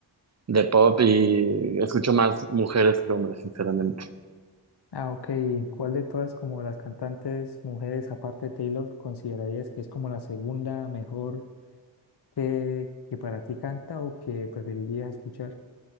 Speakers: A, on the right; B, on the left.
A: de pop y escucho más mujeres que hombres, sinceramente.
B: Ah, ok. ¿Y ¿Cuál de todas como las cantantes mujeres, aparte de Taylor, considerarías que es como la segunda mejor que, que para ti canta o que preferirías escuchar?